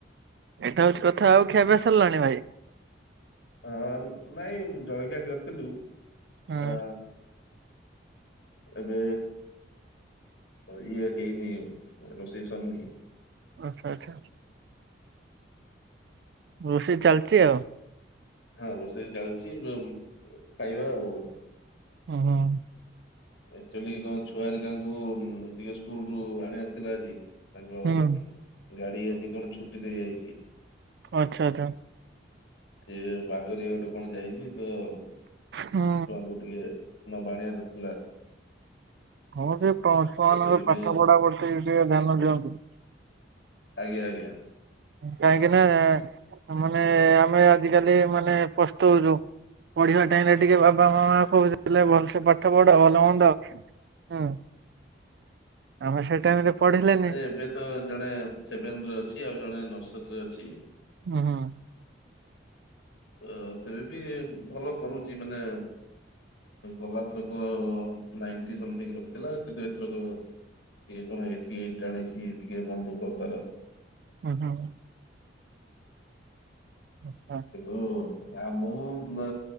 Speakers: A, on the right (about 65°); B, on the left (about 70°).
A: ଏଇଟା ହଉଛି କଥା ଆଉ ଖିଆ ପିଆ ସରିଲାଣି ଭାଇ?
B: ଅ ନାଇଁ ଜଳଖିଆ କରିଥିଲୁ
A: ହଁ
B: ଆ ଏବେ ଇଏ ହେଇନି ରୋଷେଇ ସରିନି।
A: ଆଚ୍ଛା ଆଚ୍ଛା। ରୋଷେଇ ଚାଲିଛି ଆଉ।
B: ହଁ ରୋଷେଇ ଚାଲିଛି, ଖାଇବା ଆଉ।
A: ହୁଁ।
B: ଆଚୁଆଲି କଣ ଛୁଆର ଟାଙ୍କୁ ଟିକେ ସ୍କୁଲରୁ ଆଣିବାର ଥିଲା ଆଜି। ତାଙ୍କ
A: ହୁଁ।
B: ଗାଡି ଆଜି କଣ ଛୁଟି ଦେଇ ଯାଇଛି।
A: ଆଚ୍ଛା ଆଚ୍ଛା।
B: ସେ ବାହାଘରିଆ ଗୋଟେ କଣ ଯାଇଛି ତ। ଛୁଆଙ୍କୁ
A: ହୁଁ
B: ଟିକେ ନବାଆଣିଆ କରିଥିଲା।
A: ହଁ ସେ ପ ଛୁଆନଙ୍କ
B: ତ ସେଥିପାଇଁ
A: ପାଠ ପଢା ପଢତିି ଟିକେ ଧ୍ୟାନ ଦିଅନ୍ତୁ।
B: ଆଜ୍ଞା ଆଜ୍ଞା।
A: କାହିଁକି ନା ମାନେ ଆମେ ଆଜିକାଲି ମାନେ ପସ୍ତଉଛୁ। ପଢିବା ଟାଇମ ରେ ଟିକେ ବାପା ମାମା କହୁଥିଲେ ଭଲସେ ପା। ଏତେ ବଡ଼ ଭଲ ମନ୍ଦ ହଁ ତମେ ସେ ଟାଇମ୍ ରେ ପଢିଲେନି
B: ଏବେତ ଜଣେ ସେଭେନରେ ଅଛି ଆଉ ଜଣେ ନର୍ସରୀରେ ଅଛି।
A: ଓ ହଁ।
B: ଅ ତେବେ ବି ଭଲ କରୁଛି ମାନେ। ଗଲାଥରକ ନାଇଟିଥିଙ୍ଗ ରଖିଥିଲା କିନ୍ତୁ ଏଥରକ ଟିକେ କଣ ଏଇଟି ଏଇତ୍ ଆଣିଛି ଟିକେ ମନ ଦୁଃଖ ତାର।
A: ହଁ ହଁ। ଆଚ୍ଛା।
B: ଓ ଆ ମୁଁ ଦ